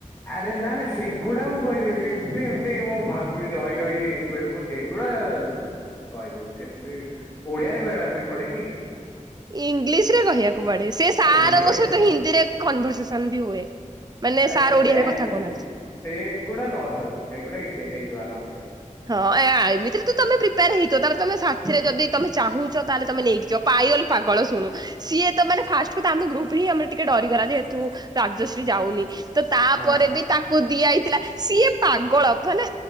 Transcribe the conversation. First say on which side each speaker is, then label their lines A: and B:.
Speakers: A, on the left (about 20°); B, on the right (about 30°).
A: ଆରେ ନା ନା ସେଇଗୁଡା ମୁଁ କହିଦେବି ଏବେ ଏମିତି ମୁଁ ଭାବିବି ରହି ରହି କୁହେ ମୁ ସେଗୁଡା କହିଦେବି, ସେଥିରେ ଓଡିଆରେ କହିବା ପାଇଁ ପଡେ କିି?
B: ଇଂଲିଶ ରେ କହିବାକୁ ପଡେ। ସେ ସାରଙ୍କ
A: ଆ ଇଂଲିଶ
B: ସହିତ ହିନ୍ଦୀରେ କନଭରସେସନ ବି ହୁଏ ମାନେ
A: ଆଛା।
B: ସାର୍ ଓଡିଆରେ
A: ଦେନ୍
B: କଥା କହୁନାହାନ୍ତି
A: ସେଗୁଡା ନର୍ମାଲ ଏଗୁଡା କିଛି ହେଇଯିବ ଆରାମ ସେ
B: ହଁଇମିତତିରେ ତମେ ପ୍ରିପେୟାର ହେଇଥ ତାର ତମେ ସାଥିରେ ଯଦି ତମେ ଚାହୁଁଛ ତାହେଲେ ତମେ ନେଇକଯିବ ପା ପାଇୟଲ ପାଗଳ ଶୁଣୁ ସିଏ ତ ମାନେ ଫାଷ୍ଟରୁ ତାଙ୍କ ଗ୍ରୁପ ରୁ ହିଁ ଆମର ଟିକେ ଡରିଗଲା ଯେହେତୁ ରାଜଶ୍ରୀ ଯାଉନି ତ ତାପରେ
A: ହଁ
B: ବି ତାକୁ ଦିଆ ହେଇଥିଲା ସିଏ ପାଗଳ, ମାନେ